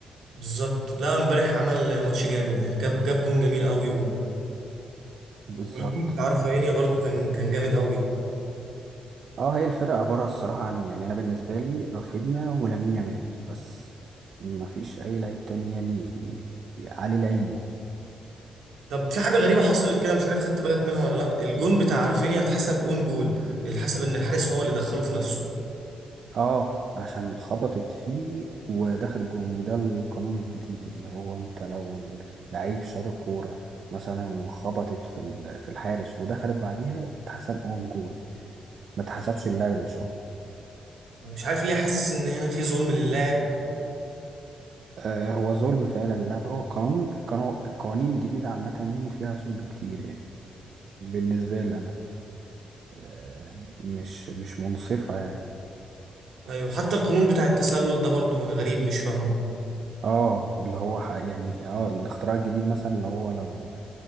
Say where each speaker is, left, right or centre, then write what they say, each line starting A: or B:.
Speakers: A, on the right; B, on the right.
A: بالظبط لا امبارح عمل ماتش جامد يعني جاب جاب جون جميل قوي و...
B: بالظبط
A: والجون بتاع رافينيا برضو كان كان جامد قوي
B: اه هي الفرقة عبارة الصراحة عن يعني أنا بالنسبة لي رافينيا ولامين يامال بس ما فيش أي لعيب تاني يعني عليه العين يعني
A: طب في حاجة غريبة حصلت كده مش عارف خدت بالك منها ولا لا الجون بتاع رافينيا اتحسب اون جول الحسب ان الحارس هو اللي دخله في نفسه
B: اه عشان خبطت فيه ودخل الجون وده القانون الجديد اللي هو انت لو لعيب شاط الكورة مثلا وخبطت في ال- في الحارس ودخلت بعديها اتحسب اون جول ما اتحسبش اللاعب اللي شاط
A: أنا مش عارف ليه حاسس ان هنا في ظلم للاعب
B: آه هو ظلم فعلا اللاعب هو قانون القانون- القوانين الجديدة عامة يعني فيها ظلم كتير يعني بالنسبة لي أنا آه، مش مش منصفة يعني
A: ايوه حتى القانون بتاع التسلل ده برضو انا غريب مش فاهمه
B: اه اللي هو ح- يعني اه الاختراع الجديد مثلا اللي هو لو